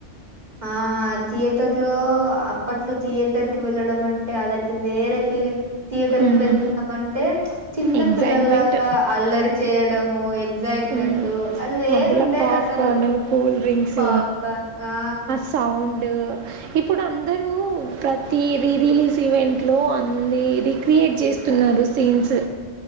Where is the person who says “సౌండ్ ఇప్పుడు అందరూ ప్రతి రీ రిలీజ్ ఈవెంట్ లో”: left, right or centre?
Right